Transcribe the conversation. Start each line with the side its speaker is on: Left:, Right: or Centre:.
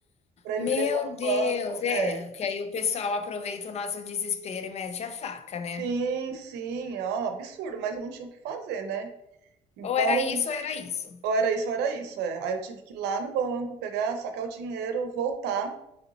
Right: Pra ele
Left: Meu
Right: me levar no
Left: Deus,
Right: banco,
Left: é,
Right: é.
Left: porque aí o pessoal aproveita o nosso desespero e mete a faca, né?
Right: Sim, sim, ó, absurdo, mas eu não tinha o que fazer, né? Então,
Left: Ou era isso ou era isso.
Right: ou era isso, ou era isso, é. Aí eu tive que ir lá no banco, pegar, sacar o dinheiro, voltar.